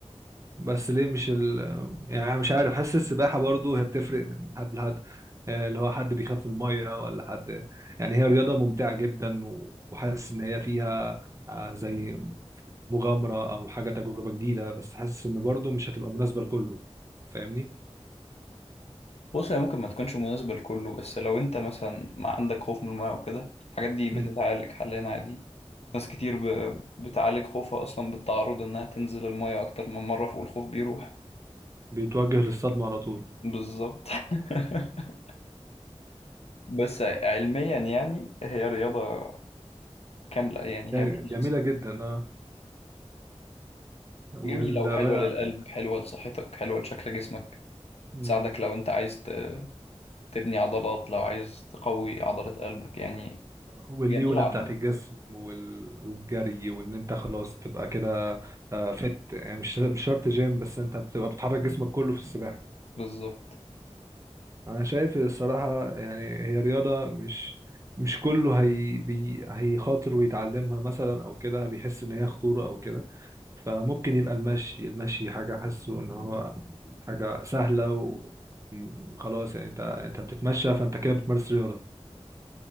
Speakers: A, on the right; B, on the left.
A: بس ليه مش ال... يعني أنا مش عارف حاسس السباحة برضو هي بتفرق من حد لحد آه، اللي هو حد بيخاف من المية ولا حد يعني هي رياضة ممتعة جدا و- وحاسس إن هي فيها آه، زي مغامرة أو حاجة تجربة جديدة بس حاسس إن برضو مش هتبقى مناسبة لكله فاهمني؟
B: بص هي ممكن ما تكونش مناسبة لكله بس لو انت مثلا ما عندك خوف من الماء وكده الحاجات دي بتتعالج
A: مم.
B: حاليا عادي ناس كتير ب... بتعالج خوفها اصلا بالتعرض انها تنزل الماء اكتر من مرة والخوف بيروح
A: بيتوجه للصدمة على طول
B: بالظبط <laughs> بس علميا يعني هي رياضة كاملة يعني
A: ده
B: هي مش
A: جميلة
B: ناقصة
A: جدا اه ولا
B: جميلة وحلوة
A: بقى
B: للقلب حلوة لصحتك حلوة لشكل جسمك
A: مم.
B: تساعدك لو انت عايز ت- تبني عضلات لو عايز تقوي عضلة قلبك يعني
A: والليونه
B: جميلة عامة
A: بتاعت الجسم وال- والجري وان انت خلاص تبقى كده آه، فت يعني مش مش شرط جيم بس انت بتبقى بتحرك جسمك كله في السباحه
B: بالظبط
A: انا شايف الصراحه يعني هي رياضه مش مش كله هي بي هيخاطر ويتعلمها مثلا او كده بيحس ان هي خطوره او كده فممكن يبقى المشي المشي حاجه حاسه ان هو حاجه سهله و م- خلاص يعني انت انت بتتمشى فانت كده بتمارس رياضه